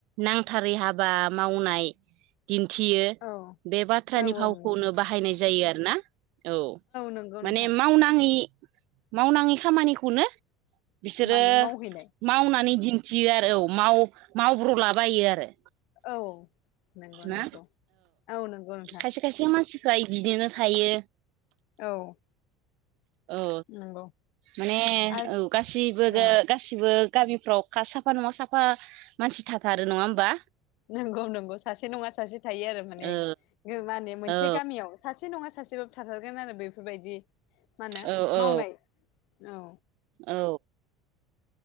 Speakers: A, on the right; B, on the left.
A: नांथारै हाबा मावनाय दिन्थियो
B: औ
A: बे बाथ्रानि
B: औ
A: फावखौनो
B: औ
A: बाहायनाय जायो आरोना औ
B: नंगौ
A: माने
B: नोंथां
A: मावनाङै मावनाङि खामानिखौनो बिसोरो
B: माने मावहैनाय
A: मावनानै दिन्थियो आरो औ मावब्र'लाबायो आरो
B: औ नंगौ
A: ना
B: नंगौ औ नंगौ नोंथां
A: खायसे खायसे मानसिफ्रा बिदिनो थायो।
B: औ
A: औ
B: नंगौ
A: माने
B: आरो
A: औ गासैबो
B: ओ
A: गासिबो गामिफ्राव साफा नङा साफा मानसि थाथारो नङा होमबा।
B: नंगौ नंगौ सासे नङा सासे थायो आरो माने
A: ओ
B: मा होनो मोनसे
A: औ
B: गामियाव सासे नङा सासेबाबो थाथारगोन आरो बेफोरबायदि मा होनो
A: औ औ
B: मावनाय औ
A: औ